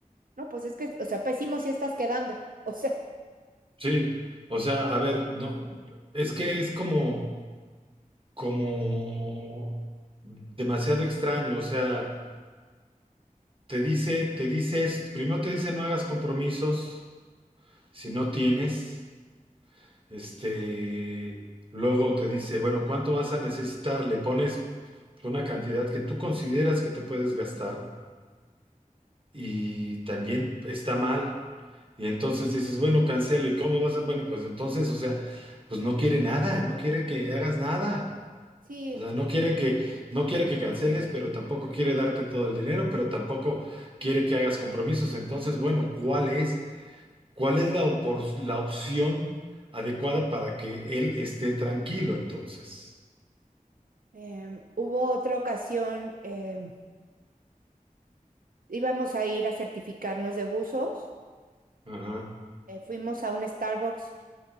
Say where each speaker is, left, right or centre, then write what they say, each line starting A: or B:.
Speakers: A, on the right (about 75°); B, on the right (about 40°).
A: No, pues es que, o sea, pésimo sí estás quedando. O sea,
B: Sí, o sea, a ver, no, es que es como... como demasiado extraño, o sea, te dice, te dice esto, primero te dice no hagas compromisos si no tienes, este, luego te dice, bueno, ¿cuánto vas a necesitar? Le pones una cantidad que tú consideras que te puedes gastar y también está mal. Y entonces dices, bueno, cancelo, ¿y cómo vas a? Bueno, pues entonces, o sea, pues no quiere nada, no quiere que hagas nada.
A: sí,
B: O sea, no quiere que, no quiere que canceles, pero tampoco quiere darte todo el dinero, pero tampoco quiere que hagas compromisos. Entonces, bueno, ¿cuál es, cuál es la opor- la opción adecuada para que él esté tranquilo entonces?
A: em, hubo otra ocasión, em, íbamos a ir a certificarnos de buzos.
B: Ajá,
A: eh, fuimos a un Starbucks